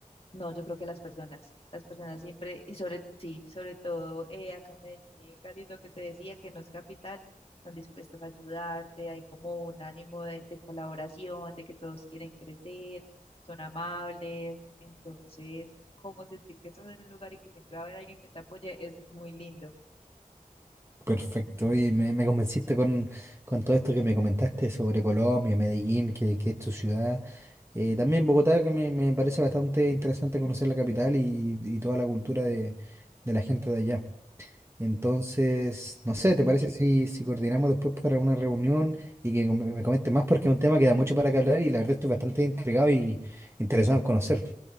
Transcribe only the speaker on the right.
Perfecto, y me, me convenciste con, con todo esto que me comentaste sobre Colombia, Medellín, que, que es tu ciudad. Eh, también Bogotá, que me, me parece bastante interesante conocer la capital y, y toda la cultura de, de la gente de allá. Entonces, no sé, ¿te parece si, si coordinamos después para una reunión y que me me comentes más? Porque es un tema que da mucho para que hablar y la verdad estoy bastante intrigado y interesado en conocer.